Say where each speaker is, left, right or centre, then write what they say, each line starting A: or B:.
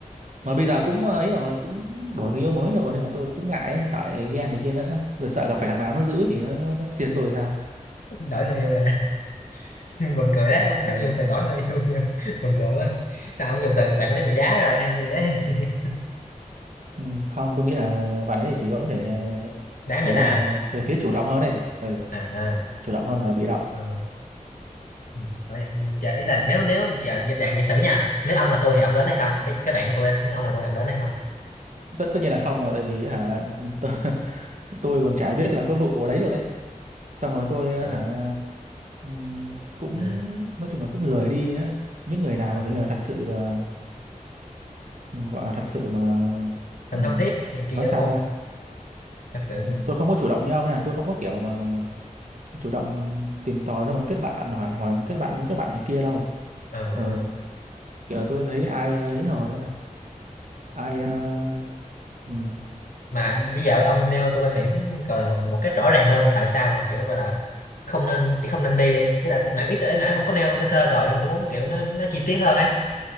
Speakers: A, on the right; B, on the left.
A: mà bây giờ cũng ờ, ấy rồi cũng đổi người yêu mới rồi nên là tôi cũng ngại ấy, sợ lại ghen này kia nữa rồi sợ gặp phải thằng nào nó giữ thì nó nó, nó xiên tôi sao
B: đổi người yêu nè <laughs> buồn cười đấy ông
A: ừ.
B: sao dùng từ đổi người yêu nhiều? <laughs> buồn cười quá sao ông dùng từ bạn ấy bị đá rồi hay gì đấy <laughs>
A: ừ, không tôi nghĩ là bạn ấy chỉ có thể
B: đá người
A: kiểu
B: ta
A: là về phía chủ động hơn này ừ,
B: à, à
A: chủ động hơn là bị động
B: à, à. Ừ. Vậy, giờ ý là nếu nếu giờ giờ dạng giả sử nha nếu ông là tôi thì ông đến hay không
A: Ừ.
B: cái cái bạn của tôi á, nếu ông là tôi thì ông đến hay không
A: tất tất nhiên là không rồi tại vì hả tôi, <laughs> tôi còn chả biết là có vụ ở đấy luôn đấy xong rồi tôi
B: Ờ,
A: hả ừm, cũng
B: ừ.
A: nói chung là cũng lười đi á. những người nào
B: Ờ,
A: mà bây giờ thật sự ờ, ừ, gọi là thật sự mà
B: Thật
A: ừm,
B: thân thiết này kia
A: nói
B: đúng
A: sao
B: không
A: ta
B: thật sự
A: Ừ, tôi không có chủ động như ông nha tôi không có kiểu mà chủ động tìm tòi xong rồi kết bạn hỏi hỏi kết bạn muốn kết bạn người kia đâu
B: ờ,
A: ừ, kiểu là tôi thấy ai ờ, ấy rồi ai ờ, ừ,
B: mà bây giờ ông nêu tôi quan điểm gọi là một, một cách rõ ràng hơn tại sao mà kiểu gọi là không nên không nên đi đi ý là tôi nãy ít nãy nãy ông có nêu sơ sơ rồi nhưng mà tôi muốn kiểu nó nó chi tiết hơn ấy